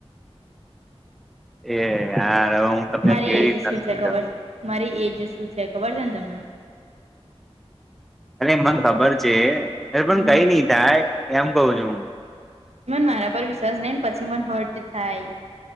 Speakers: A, in the centre; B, on the right.
A: એ હાર હું. તમને
B: મારી
A: કેવી
B: એજ
A: રીતના
B: શું
A: સમજાવ
B: છે ખબર મારી એજ શું છે ખબર છે ને તમને
A: અ મને ખબર છે એ પણ કઈ
B: હમ
A: નઈ થાય. કેમ કુંહુ છું.
B: મન મારા પર વિશ્વાસ નઈ ને પછી મન હર્ટ થાય.